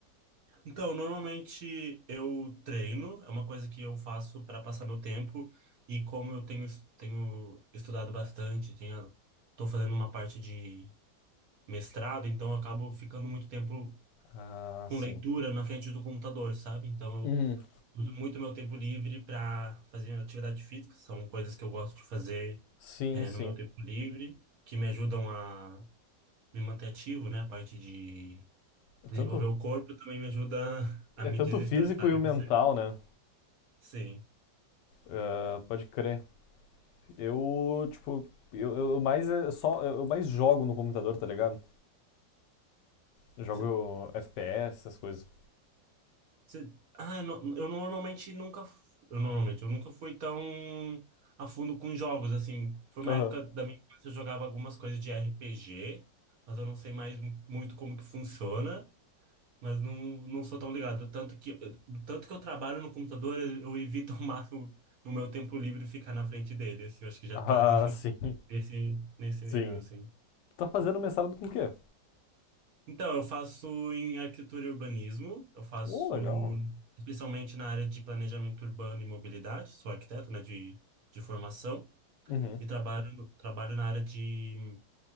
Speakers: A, on the right; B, on the left.
A: Então, normalmente eu treino, é uma coisa que eu faço para passar meu tempo, e como eu tenho, es- tenho estudado bastante, tenho, tô fazendo uma parte de mestrado, então eu acabo ficando muito tempo
B: Ah,
A: com
B: sim.
A: leitura na frente do computador, sabe? Então eu
B: Hum,
A: uso muito meu tempo livre para fazer atividade física, são coisas que eu gosto de fazer
B: sim,
A: é,
B: sim.
A: no meu tempo livre, que me ajudam a me manter ativo, né? A parte de
B: É tanto,
A: Desenvolver o corpo também me ajuda a
B: é
A: me
B: tanto
A: desestressar.
B: o físico e
A: E
B: o mental,
A: você?
B: né?
A: Sim.
B: Ah, pode crer. Eu, tipo, eu, eu mais é só, eu eu mais jogo no computador, tá ligado? Eu jogo
A: Você,
B: FPS, essas coisas.
A: você... Ah, eu, não- eu normalmente nunca. f- Eu normalmente, eu nunca fui tão a fundo com jogos, assim. Foi uma
B: Aham.
A: época da minha infância que eu jogava algumas coisas de RPG, mas eu não sei mais m- muito como que funciona. Mas não, não sou tão ligado. Tanto que, tanto que eu trabalho no computador, eu evito ao máximo no meu tempo livre ficar na frente dele, assim. Eu acho que já
B: Ah,
A: tá <laughs>
B: sim,
A: nesse, nesse
B: sim.
A: nível, assim.
B: Tu tá fazendo mestrado com o quê?
A: Então, eu faço em arquitetura e urbanismo, eu faço
B: Ô, legal.
A: especialmente na área de planejamento urbano e mobilidade, sou arquiteto, né, de, de formação,
B: Uhum.
A: e trabalho, no- trabalho na área de,